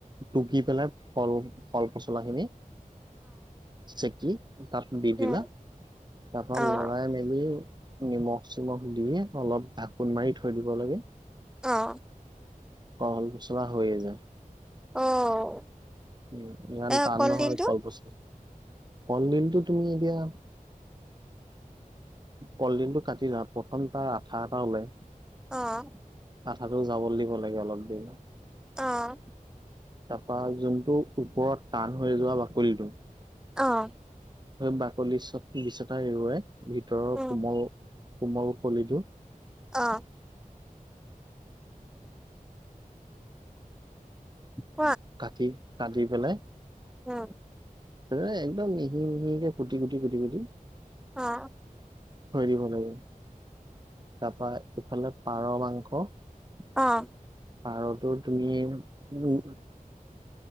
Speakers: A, on the right (about 30°); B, in the centre.
A: টুকি পেলাই কল কল পচলা খিনি চেকি তাত দি
B: উম,
A: দিলা তাৰ পৰা
B: অ',
A: লৰাই মেলিও নিমখ চিমখ দি অলপ ঢাকোন মাৰি থৈ দিব লাগে।
B: অ'।
A: কল পচলা হৈয়েই যায়।
B: অ'।
A: উম, ইমান
B: এ
A: টান
B: কলডিলটো
A: নহয় কল পচ কলদিলটো তুমি এতিয়া কলডিলটো কাটিলা, প্ৰথম তাৰ আঠা এটা ওলাই।
B: অহ।
A: আঠাটো যাবলে দিব লাগে অলপ দেৰি।
B: অহ।
A: তাৰপৰা যোনটো ওপৰত টান হৈ যোৱা বাকলিটো
B: অহ।
A: বাকলি চব গিচতা এৰুৱাই, ভিতৰৰ
B: উম,
A: কোমল কোমল কলিটো
B: অহ। উ
A: কাটি, কাটি পেলাই
B: উম।
A: এই, একদম মিহি মিহিকে কুটি, কুটি, কুটি, কুটি
B: অহ।
A: থৈ দিব লাগে, তাৰপৰা ইফালে পাৰ মাংস
B: অ',
A: পাৰতো তুমিয়েই, উম